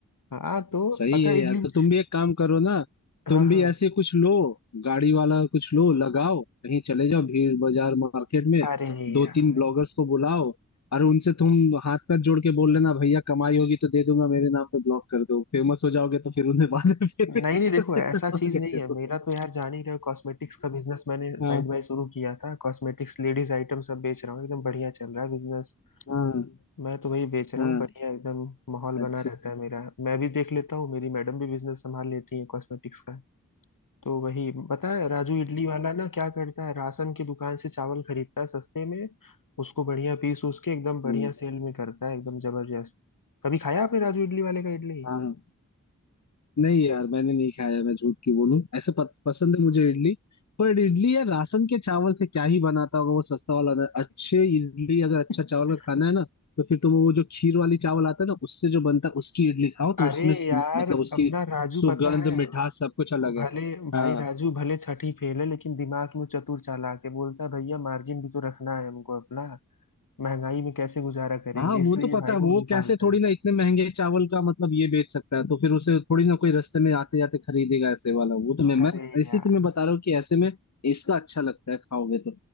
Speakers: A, on the left (about 80°); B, on the left (about 55°).
A: हाँ तो
B: सही
A: पता
B: है
A: है
B: यार
A: इडली
B: तो तुम भी एक काम करो ना
A: हाँ
B: तुम
A: हाँ
B: भी ऐसे कुछ लो गाड़ी वाला कुछ लो लगाओ कहीं चले जाओ भीड़ बाजार मार्केट में
A: अरे
B: दो
A: यार
B: तीन ब्लॉगर्स को बुलाओ और उनसे तुम हाथ पैर जोड़ के बोल लेना भैया कमाई होगी तो दे दूंगा मेरे नाम पे ब्लॉग कर दो फेमस हो जाओगे तो फिर उन्हें बाद में payment
A: नहीं नहीं देखो
B: कर देना,
A: ऐसा
B: <laughs> और
A: चीज
B: क्या
A: नहीं
B: करो
A: है मेरा तो यार जान ही रहे हो कॉस्मेटिक्स का बिजनेस मैंने साइड
B: हाँ
A: बाय शुरू किया था कॉस्मेटिक्स लेडीज आइटम सब बेच रहा हूँ एकदम बढ़िया चल रहा है बिजनेस
B: हाँ
A: मैं तो वही बेच
B: अच्छा।
A: रहा
B: हाँ
A: हूँ बढ़िया एकदम माहौल बना
B: अच्छा
A: रहता है मेरा मैं भी देख लेता हूँ मेरी मैडम भी बिजनेस संभाल लेती है कॉस्मेटिक्स का तो वही पता है राजू इडली वाला ना क्या करता है राशन की दुकान से चावल खरीदता है सस्ते में उसको बढ़िया पीस उस के एकदम बढ़िया
B: हाँ
A: सेल में करता है एकदम जबरदस्त कभी खाया आपने राजू इडली वाले का इडली
B: हाँ नहीं यार मैंने नहीं खाया मैं झूठ की बोलूं ऐसे पत, पसंद है मुझे इडली पर इडली या राशन के चावल से क्या ही बनाता होगा वो सस्ता वाला ना अच्छे इडली अगर अच्छा
A: <laughs>
B: चावल का खाना है ना तो फिर तुम वो जो खीर वाली चावल आता है ना उससे जो बनता है उसकी इडली खाओ तो
A: अरे
B: उसमें स-
A: यार
B: मतलब उसकी
A: अपना राजू
B: सुगंध
A: पता है
B: मिठास सब कुछ अलग
A: भले
B: है
A: भाई
B: हाँ
A: राजू भले छठी फेल है लेकिन दिमाग में चतुर चालाक है बोलता है भैया मार्जिन भी तो रखना है हमको अपना महंगाई में कैसे गुजारा करेंगे
B: हाँ वो
A: इसलिए
B: तो पता
A: भाई
B: है वो
A: वो निकालता
B: कैसे थोड़ी
A: है
B: ना इतने महंगे चावल का मतलब ये बेच सकता है तो फिर उसे थोड़ी ना कोई रास्ते में आते जाते खरीदेगा ऐसे वाला वो तो मैं मैं
A: अरे
B: ऐसे
A: यार
B: ही तुम्हें बता रहा हूँ कि ऐसे में इसका अच्छा लगता है खाओगे तो